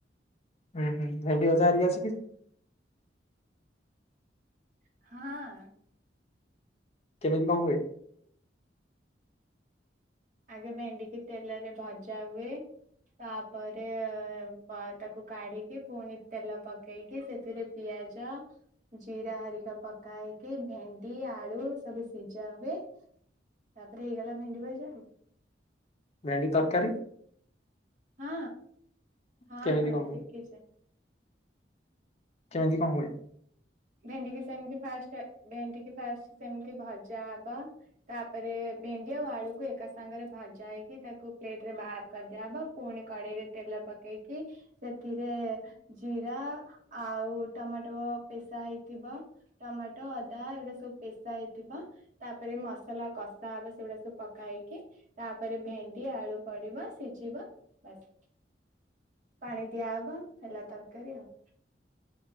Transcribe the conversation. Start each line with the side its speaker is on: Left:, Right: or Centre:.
Left: ହଁ ହଁ ଭେଣ୍ଡି ଭଜା ହେରିକା ସିକିଚୁ?
Right: ହଁ।
Left: କେମିତି କଣ ହୁଏ?
Right: ଆଗେ ଭେଣ୍ଡିିକି ତେଲରେ ଭଜା ହୁଏ ତାପରେ ଅ ତାକୁ କାଢିକି ପୁଣି ତେଲ ପକେଇକି ସେଥିରେ ପିଆଜ ଜିରା ହେରିକା ପକାଇ ହେଇକି ଭେଣ୍ଡି ଆଳୁ ସବୁ ସିଜା ହୁଏ ତାପରେ ହେଇଗଲା ଭେଣ୍ଡି ଭଜା ଆଉ।
Left: ଭେଣ୍ଡି ତରକାରୀ?
Right: ହଁ ହଁ
Left: କେମିତି
Right: ହଁ
Left: କଣ ହୁଏ
Right: ଶିଖିଚି।
Left: କେମିତି କଣ ହୁଏ?
Right: ଭେଣ୍ଡିକି ସେମିତି ଫାଷ୍ଟେ ଭେଣ୍ଡିକିି ଫାଷ୍ଟେ ସେମିତି ଭଜା ହବ ତାପରେ ଭେଣ୍ଡି ଆଉ ଆଳୁକୁ ଏକା ସାଙ୍ଗରେ ଭଜା ହେଇକି ତାକୁ ପ୍ଲେଟରେ ବାହାର କରିଦିଆହବ ପୁଣି କଡ଼େଇରେ ତେଲ ପକେଇକି ସେଥିରେ ଜିରା ଆଉ ଟମାଟୋ ପେଶା ହେଇଥିବ ଟମାଟୋ ଅଦା ଏଗୁଡ଼ା ସବୁ ପେଶା ହେଇଥିବ ତାପରେ ମସଲା କଷା ହବ ସେଗୁଡ଼ା ସବୁ ପକା ହେଇକି ତାପରେ ଭେଣ୍ଡି ଆଳୁ ପଡ଼ିବ ସିଝିବ ବାସ୍
Left: <inaudible>
Right: ପାଣି ଦିଆହବ ହେଲା ତରକାରୀ ଆଉ।